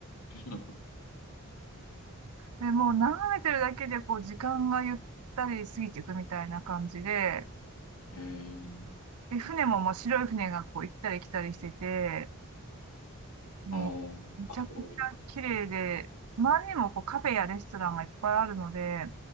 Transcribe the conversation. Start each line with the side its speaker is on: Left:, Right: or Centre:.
Left: <laughs>
Right: で、もう眺めてるだけで、こう、時間がゆったり過ぎていくみたいな感じで、
Left: ええ、
Right: で、船も、まあ、白い船がこう、行ったり来たりしてて、もう、
Left: ああ、なんかすごい。
Right: めちゃくちゃ綺麗で、周りにもこう、カフェやレストランがいっぱいあるので、